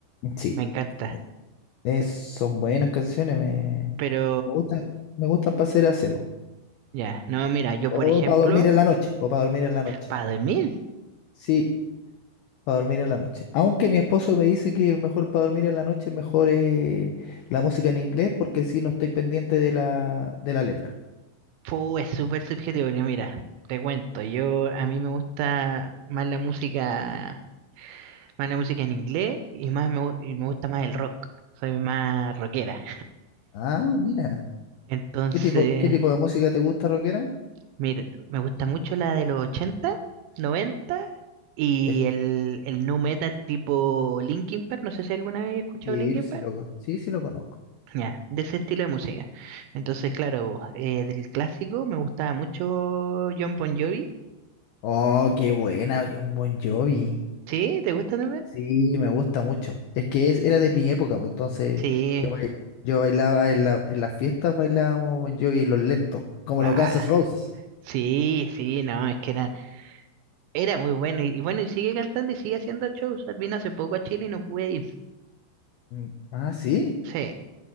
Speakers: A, on the left; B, on the right.
A: Sí,
B: me encanta.
A: e, es- son buenas canciones, me,
B: Pero,
A: me gustan, me gustan para hacer aseo.
B: ya, no, mira, yo por
A: O
B: ejemplo,
A: para dormir en la noche, o para dormir en la noche.
B: para dormir,
A: Sí. Para dormir en la noche. Aunque mi esposo me dice que mejor para dormir en la noche, mejor eh, la música en inglés, porque si no estoy pendiente de la, de la letra.
B: fu, es súper subjetivo. Yo, mira, te cuento, yo a mí me gusta más la música, más la música en inglés y más me, gu- y me gusta más el rock. Soy más rockera.
A: Ah, mira.
B: Entonces,
A: ¿Qué tipo, qué tipo de música te gusta, rockera?
B: Mire, me gusta mucho la de los 80 90 y
A: Es-
B: el, el nu metal tipo Linkin Park. No sé si alguna vez he escuchado
A: Sí,
B: Linkin
A: sí
B: Park.
A: lo, con- sí, sí lo conozco.
B: Ya, de ese estilo de música. Entonces, claro, eh, del clásico me gustaba mucho John Bon Jovi.
A: Oh, qué buena, John Bon Jovi.
B: ¿Sí? ¿Te gusta también?
A: Sí, me gusta mucho. Es que es- era de mi época, pues entonces
B: Sí.
A: yo, bai- yo bailaba en la- en las fiestas, bailábamos Bon Jovi los lentos, como
B: Ah,
A: los Guns N' Roses.
B: sí, sí, no, es que era, era muy bueno. Y, y bueno, y sigue cantando y sigue haciendo shows. Vino hace poco a Chile y no pude ir.
A: Mm, Ah, sí.
B: Sí.